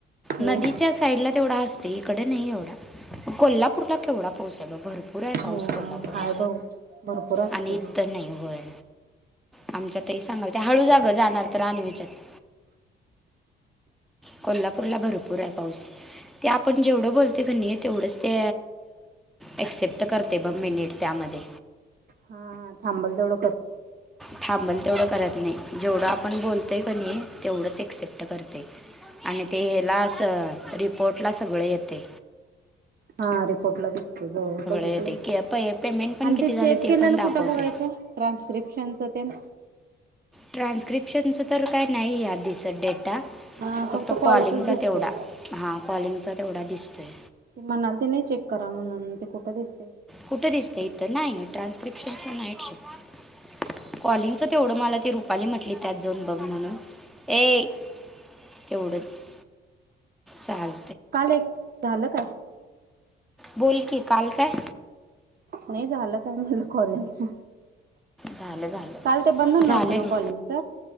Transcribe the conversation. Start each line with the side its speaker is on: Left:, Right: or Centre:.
Right: नाही
Centre: नदीच्या साईडला तेवढा असत. ते ईकड नाही एवढा. कोल्हापूरला केवढा पाऊस आहे बग भरपूर आहे
Right: अ
Centre: पाऊस कोल्हापूरला.
Right: हाय बघ भरपूर असते
Centre: आणि इत
Right: ते
Centre: नाही होय आमच्यात. तरी सांगाल त्या हळू जागं जाणार तर आणवीच्यात. कोल्हापूरला भरपूर आहे पाऊस. ते आपण जेवढं बोलते किनाई तेवढंच ते एक्सेप्ट करते बग मिनिट त्या मध्ये
Right: हा थांबल तेवढ
Centre: थांबल तेवढं करत. नाही जेवढं आपण बोलतोय की नी तेवढंच एक्सेप्ट करतय. आणि ते हेला अस रिपोर्ट ला सगळ येतय.
Right: हा रिपोर्टला दिस. बघितलं
Centre: येते की पे पेमेंट पण
Right: आणि
Centre: किती
Right: ते
Centre: झालं
Right: चेक केलं
Centre: पण
Right: ना
Centre: दाखवते
Right: कुठं बघायचं ट्रान्स्क्रिप्शनच. तेन.
Centre: ट्रान्स्क्रिप्शनचं तर काय नाही दिसत डेटा.
Right: हा
Centre: फक्त
Right: कॉलचच
Centre: कॉलिंगचा
Right: दिसतंय
Centre: तेवढा हा कॉलिंगचा तेवढा दिसतोय.
Right: ते म्हणाल ते नाही चेक करा म्हणून ते कुठे दिस.
Centre: कुठं दिसतं इथं नाही ट्रान्स्क्रिप्शनच्या नाईट शिफ्ट. कॉलिंगच तेवढं मला ते पाली म्हटली त्यात जाऊन बघ म्हणून. ए तेवढंच चाल
Right: काल एक झालं काय?
Centre: बोल की काल काय?
Right: नाही झालं काय म्हनल कॉलिंग
Centre: झालं झालं
Right: काल ते बंद नव्हतं
Centre: झालं
Right: ना
Centre: ग
Right: कॉलिंगच